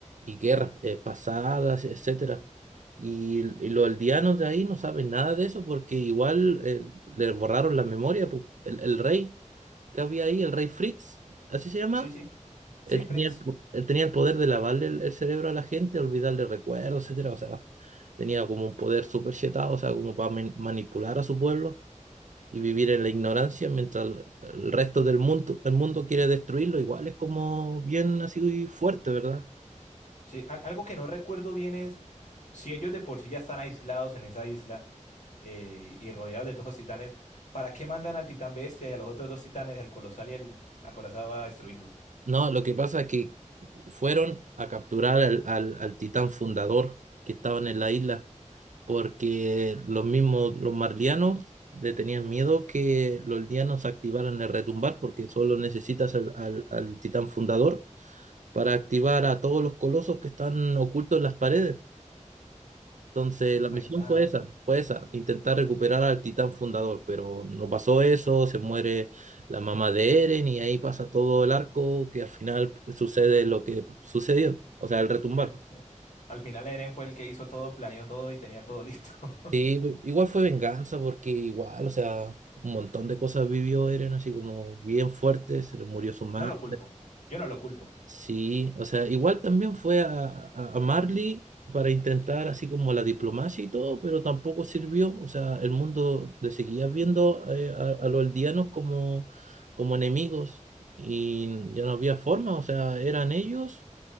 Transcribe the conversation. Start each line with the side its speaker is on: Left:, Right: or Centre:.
Right: y guerras eh, pasadas, etcétera. Y, y los aldeanos de ahí no saben nada de eso porque igual eh, le borraron la memoria. pu. El, el rey que había ahí, el rey Fritz, así se llama,
Left: Sí, sí. Sí,
Right: él
Left: Fritz.
Right: tenía el, po- él tenía el poder de lavarle el, el cerebro a la gente, olvidarle recuerdos, etcétera. O sea, tenía como un poder súper chetado, o sea, como para man- manipular a su pueblo y vivir en la ignorancia mientras el, el resto del mundo, el mundo quiere destruirlo. Igual es como bien así fuerte, ¿verdad?
Left: Sí, al- algo que no recuerdo bien es si ellos de por sí ya están aislados en esa isla. eh, y rodeados de todos los titanes, ¿para qué mandan al titán bestia y a los otros dos titanes, el colosal y el acorazado, a destruirlos?
Right: No, lo que pasa es que fueron a capturar al, al, al titán fundador que estaban en la isla, porque los mismos, los marlianos le tenían miedo que los lianos activaran el retumbar, porque solo necesitas al, al, al titán fundador para activar a todos los colosos que están ocultos en las paredes. Entonces,
Left: Mm,
Right: la
Left: ¿Verdad?
Right: misión fue esa, fue esa, intentar recuperar al titán fundador, pero no pasó eso, se muere la mamá de Eren y ahí pasa todo el arco que al final sucede lo que sucedió, o sea, el retumbar.
Left: Que al fin- <laughs> al final Eren fue el que hizo todo, planeó todo y tenía todo listo. <laughs>
Right: Y igual fue venganza porque igual, o sea, un montón de cosas vivió Eren así como bien fuerte, se le murió su madre,
Left: No lo culpo, yo no lo culpo.
Right: Sí, o sea, igual también fue a, a- a Marley para intentar así como la diplomacia y todo, pero tampoco sirvió. O sea, el mundo le seguía viendo eh, a, a los aldeanos como, como enemigos y ya no había forma, o sea, eran ellos